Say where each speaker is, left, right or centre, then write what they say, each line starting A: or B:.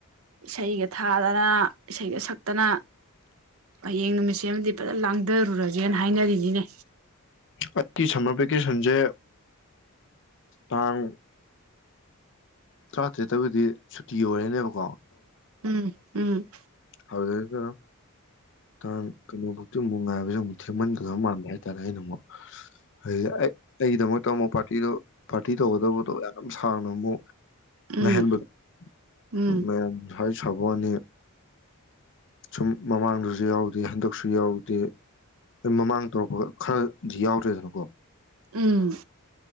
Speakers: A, on the right; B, on the left.
A: ꯏꯁꯩꯒ ꯊ ꯊꯥꯗꯅ ꯏꯁꯩꯒ ꯁꯛꯇꯅ ꯍꯌꯦꯡ ꯅꯨꯃꯤꯠꯁꯦ ꯃꯗꯤ ꯐꯖꯅ ꯂꯥꯡꯗꯔꯨꯔꯁꯦꯅ ꯍꯥꯏꯅꯔꯤꯅꯤꯅꯦ
B: ꯑꯩꯒꯤ ꯁꯝꯃꯔ ꯚꯦꯀꯦꯁꯟꯖꯦ ꯇꯥꯡ ꯇ꯭ꯔꯥꯇꯦꯠꯇꯕꯨꯗꯤ ꯁꯨꯇꯤ ꯑꯣꯏꯔꯅꯦꯕꯀꯣ
A: ꯎꯝ ꯎꯝ
B: ꯑꯗꯨ ꯇꯥꯡ ꯀꯩꯅꯣꯐꯥꯎꯤ ꯑꯃꯨꯛ ꯉꯥꯏꯕꯁꯦ ꯑꯃꯨꯛ ꯊꯦꯝꯃꯟꯒꯗꯕ ꯃꯥꯟꯕ ꯍꯥꯏꯇꯥꯔꯦ ꯑꯩꯅ ꯑꯃꯨꯛ ꯍꯧꯖꯤ ꯑꯩ ꯑꯩꯒꯤꯗꯃꯛꯇ ꯑꯃꯨꯛ ꯄꯥꯔꯇꯤꯗꯣ ꯄꯥꯔꯇꯤ ꯇꯧꯒꯗꯕꯗꯣ ꯌꯥꯝ ꯁꯥꯡꯅ ꯑꯃꯨꯛ
A: ꯎꯝ
B: ꯉꯥꯢꯍꯟꯕꯗꯣꯗꯨ
A: ꯎꯝ
B: ꯃꯌꯥꯝ ꯁꯥꯕꯋꯥꯅꯤ ꯁꯨꯝ ꯃꯃꯥꯡꯗꯁꯨ ꯌꯥꯎꯗꯦ ꯍꯟꯗꯛꯁꯨ ꯌꯥꯎꯗꯦ ꯃꯃꯥꯡ ꯇꯧꯔꯛꯄ ꯈꯔꯗꯤ ꯌꯥꯎꯗ꯭ꯔꯦꯗꯅꯀꯣ
A: ꯎꯝ